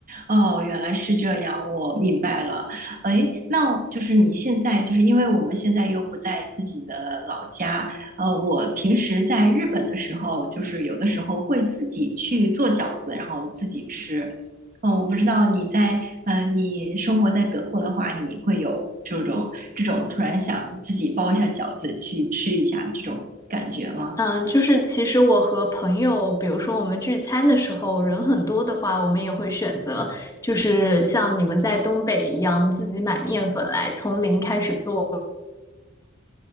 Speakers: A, on the right; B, on the left.
A: 哦，原来是这样，我明白了。哎，那就是你现在，就是因为我们现在又不在自己的老家，呃，我平时在日本的时候，就是有的时候会自己去做饺子，然后自己吃。嗯，我不知道你在，呃，你生活在德国的话，你会有这种这种突然想自己包一下饺子去吃一下这种感觉吗？
B: 嗯，就是其实我和朋友，比如说我们聚餐的时候，人很多的话，我们也会选择，就是像你们在东北一样，自己买面粉来，从零开始做，